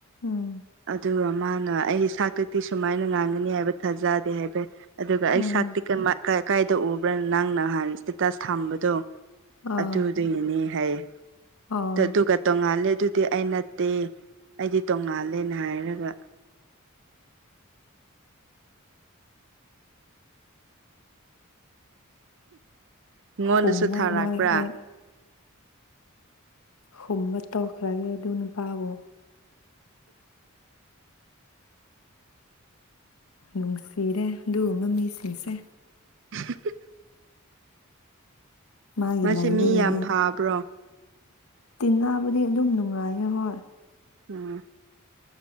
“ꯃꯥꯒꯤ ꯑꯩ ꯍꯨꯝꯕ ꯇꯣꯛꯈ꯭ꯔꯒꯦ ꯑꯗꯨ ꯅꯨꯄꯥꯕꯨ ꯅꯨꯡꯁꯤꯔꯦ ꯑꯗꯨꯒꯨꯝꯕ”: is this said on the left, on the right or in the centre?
Left